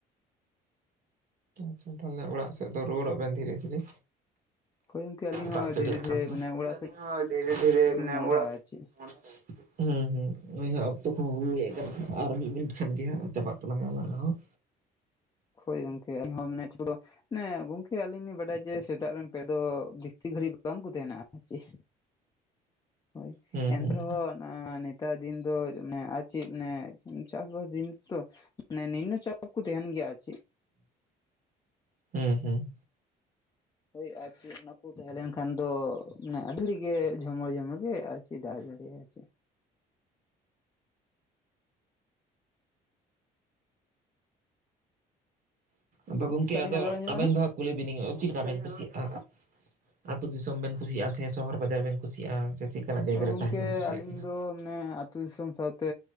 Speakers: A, on the left (about 25°); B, on the right (about 55°).
A: <unintelligible>
B: ᱟᱪᱪᱷᱟ ᱛᱟᱦᱚᱞᱮ ᱚᱲᱟᱜ ᱥᱮᱫᱽ ᱫᱚ ᱨᱩᱣᱟᱹᱲᱚᱜ ᱵᱮᱱ ᱫᱷᱤᱨᱮ ᱫᱷᱤᱨᱮ᱾
A: ᱦᱳᱭ ᱜᱚᱝᱠᱮ ᱟᱹᱞᱤᱧ ᱦᱚᱸ
B: ᱫᱟᱜ ᱡᱟᱹᱲᱤᱭᱮᱜ
A: ᱫᱷᱤᱨᱮ ᱫᱷᱤᱨᱮ
B: ᱠᱷᱟᱱ ᱫᱚ
A: ᱢᱟᱱᱮ
B: ᱜᱚᱝᱠᱮ
A: ᱚᱲᱟᱜ
B: ᱟᱹᱞᱤᱧ
A: ᱥᱮᱫ
B: ᱦᱚᱸ ᱫᱷᱤᱨᱮ ᱫᱷᱤᱨᱮ
A: ᱜᱮᱞᱤᱧ
B: ᱢᱟᱱᱮ
A: ᱢᱚᱦᱰᱟᱜᱼᱟ
B: ᱚᱲᱟᱜ
A: ᱟᱨ ᱪᱮᱫ
B: ᱢᱚᱱᱮ <inaudible> ᱦᱮᱸ ᱦᱩᱹ ᱱᱩᱭ ᱦᱚ ᱚᱠᱛᱚ ᱠᱚᱦᱚᱸ ᱦᱩᱭ ᱦᱮᱡ ᱟᱠᱟᱱᱟ ᱟᱨ ᱢᱤᱫ ᱢᱤᱱᱤᱴ ᱠᱷᱟᱱ ᱜᱮ ᱦᱟᱸᱜ ᱪᱟᱵᱟᱜ ᱛᱟᱞᱟᱝᱟ ᱟᱞᱟᱝᱟᱜ ᱦᱚᱸ᱾
A: ᱠᱷᱳᱭ ᱜᱚᱝᱠᱮ ᱟᱞᱤᱧ ᱦᱚᱸᱢᱟᱱᱮ ᱜᱚᱢᱠᱮ ᱟᱞᱤᱧ ᱞᱤᱧ ᱵᱟᱰᱟᱭᱟ ᱡᱮ ᱥᱮᱛᱟᱜ ᱨᱮᱱ ᱯᱮ ᱫᱚ ᱛᱤ ᱜᱷᱟᱹᱲᱤᱡ ᱵᱟᱝᱠᱚ ᱛᱟᱦᱮᱱᱟ ᱪᱮᱫ? ᱦᱳᱭ
B: ᱦᱩᱸ
A: ᱮᱱᱛᱮ
B: ᱦᱩᱸ
A: ᱨᱮᱦᱚᱸ ᱱᱮᱛᱟᱨ ᱫᱤᱱ ᱫᱚ ᱢᱟᱱᱮ ᱟᱨ ᱪᱮᱫ ᱢᱟᱱᱮ ᱪᱟᱥᱵᱟᱥ ᱫᱤᱱ ᱛᱚ᱾ ᱢᱟᱱᱮ ᱱᱤᱢᱱᱚ ᱪᱟᱯ ᱠᱚ ᱛᱟᱦᱮᱱ ᱜᱮᱭᱟ ᱟᱨ ᱪᱮᱫ᱾
B: ᱦᱩᱸ ᱦᱩᱸ᱾
A: ᱦᱳᱭ ᱟᱨ ᱪᱮᱫ ᱚᱱᱟ ᱠᱩ ᱛᱟᱦᱮᱸ ᱞᱮᱱ ᱠᱷᱟᱱ ᱫᱚ ᱢᱟᱱᱮ ᱟᱹᱰᱤ ᱨᱮᱜᱮ ᱡᱷᱚᱢᱚᱨ ᱡᱷᱚᱢᱚᱨ ᱜᱮ ᱟᱨ ᱫᱟᱜ ᱮ ᱡᱟᱲᱤᱭᱟᱭ ᱪᱮ?
B: ᱟᱫᱚ ᱜᱚᱢᱠᱮ
A: ᱜᱚᱝᱠᱮ ᱟᱹᱞᱤᱧᱟᱜ
B: ᱟᱫᱚ
A: ᱨᱚᱲ ᱟᱸᱡᱚᱢᱚᱜ
B: ᱟᱵᱮᱱ
A: ᱠᱟᱱᱟ?
B: ᱫᱚ ᱦᱟᱸᱜ ᱠᱩᱞᱤ ᱵᱤᱱᱤᱧ ᱪᱮᱫ ᱞᱮᱠᱟ ᱵᱮᱱ ᱠᱩᱥᱤᱭᱟᱜᱼᱟ? ᱟᱹᱛᱩ ᱫᱤᱥᱚᱢ ᱵᱮᱱ ᱠᱩᱥᱤᱭᱟᱜᱼᱟ ᱥᱮ ᱥᱚᱦᱚᱨ ᱵᱟᱡᱟᱨ ᱵᱮᱱ ᱠᱩᱥᱤᱭᱟᱜᱼᱟ ᱥᱮ ᱪᱮᱫᱮᱠᱟᱱᱟᱜ ᱡᱟᱭᱜᱟᱟᱨ
A: ᱦᱳᱭ ᱜᱚᱝᱠᱮ
B: ᱨᱮ ᱛᱟᱦᱮᱱ ᱵᱮᱱ ᱠᱩᱥᱤᱭᱟᱜ
A: ᱟᱹᱞᱤᱧ
B: ᱠᱟᱱᱟ?
A: ᱫᱚ ᱢᱟᱱᱮ ᱟᱹᱛᱩ ᱫᱤᱥᱚᱢ ᱥᱟᱶᱛᱮ